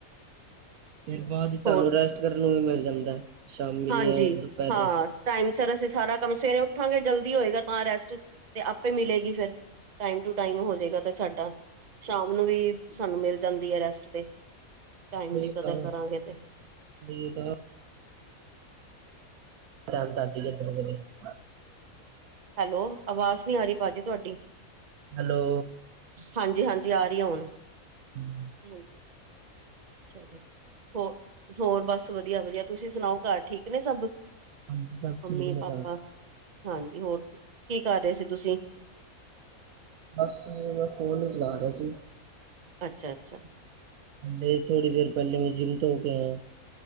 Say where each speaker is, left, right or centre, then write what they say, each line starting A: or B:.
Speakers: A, on the right; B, on the right.
A: ਫਿਰ ਬਾਅਦ ਤੁਹਾਨੂੰ
B: ਹੋਰ
A: ਰੈਸਟ ਕਰਨ ਨੂੰ ਵੀ ਮਿਲ ਜਾਂਦਾ। ਸ਼ਾਮੀ
B: ਹਾਂਜੀ,
A: ਏ ਦੁਪਰੇ
B: ਹਾਂ ਟਾਈਮ ਸਿਰ, ਅਸੀਂ ਸਾਰਾ ਕੰਮ ਸਵੇਰੇ ਉੱਠਾਂਗੇ ਜਲਦੀ ਹੋਏਗਾ ਤਾਂ ਰੈਸਟ ਤੇ ਆਪੇ ਮਿਲੇਗੀ ਫਿਰ ਟਾਈਮ ਟੂ ਟਾਈਮ ਹੋ ਜਾਏਗਾ ਤੇ ਸਾਡਾ। ਸ਼ਾਮ ਨੂੰ ਵੀ ਸਾਨੂੰ ਮਿਲ ਜਾਂਦੀ ਏ, ‌ ਰੈਸਟ ਤੇ ਟਾਈਮ
A: ਠੀਕ
B: ਦੀ ਕਦਰ
A: ਆ,
B: ਕਰਾਂਗੇ ਤੇ
A: ਠੀਕ ਆ। <unintelligible>
B: ਹੈਲੋ, ਆਵਾਜ਼ ਨੀ ਆ ਰਹੀ ਭਾਜੀ ਤੁਹਾਡੀ।
A: ਹੈਲੋ।
B: ਹਾਂਜੀ-ਹਾਂਜੀ, ਆ ਰਹੀ ਹੁਣ।
A: ਹੂੰ।
B: ਹਾਂਜੀ ਚਲੋ ਹੋ ਹੋਰ ਬਸ ਵਧੀਆ-ਵਧੀਆ, ਤੁਸੀਂ ਸੁਣਾਓ ਘਰ ਠੀਕ ਨੇ ਸਭ।
A: ਹਾਂਜੀ ਸਭ
B: ਮੰਮੀ
A: ਠੀਕ ਨੇ
B: ਪਾਪਾ,
A: ਘਰ
B: ਹਾਂਜੀ ਹੋਰ ਕੀ ਕਰ ਰਹੇ ਸੀ ਤੁਸੀਂ।
A: ਬਸ ਜੀ, ਮੈਂ ਫੋਨ ਹੀ ਚਲਾ ਰਿਹਾ ਸੀ।
B: ਅੱਛਾ-ਅੱਛਾ।
A: ਡੇ ਥੋੜੀ ਦੇਰ ਪਹਿਲੇ ਮੈਂ ਜਿੰਮ ਤੋਂ ਹੋ ਕੇ ਆਇਆ।